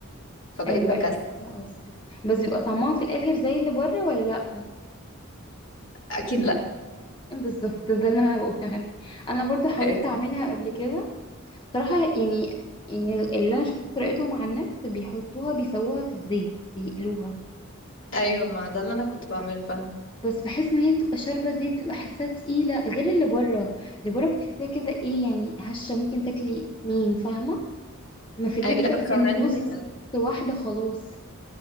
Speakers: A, on the left (about 60°); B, on the left (about 20°).
A: فبقيت
B: ايوه
A: بكسل
B: ايوه فاهمة قصدك بس بيبقى طعمها في الاخر زي اللي بره ولا لا
A: اكيد
B: بالظبط ده اللي انا بقولها لك انا برضو حاولت
A: لا
B: اعملها قبل كده صراحه يعني يعني اللي انا شفت طريقتهم على النت بيحطوها بيسووها في الزيت بيقلوها
A: ايوه ما ده اللي انا كنت بعمله فعلا
B: بس بحس ان هي بتبقى شاربه زيت بتبقى حاساها تقيله غير اللي بره اللي بره بتحسيها كده ايه يعني هشه ممكن تاكلي اتنين فاهمه ما في البيت
A: ايوه لا
B: بتاكلي
A: وكمان
B: النص واحده خلاص